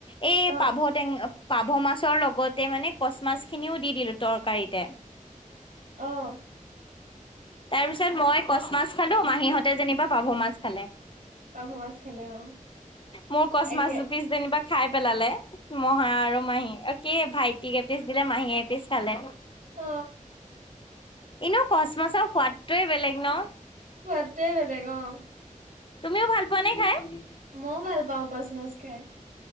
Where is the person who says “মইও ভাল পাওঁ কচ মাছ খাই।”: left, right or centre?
Right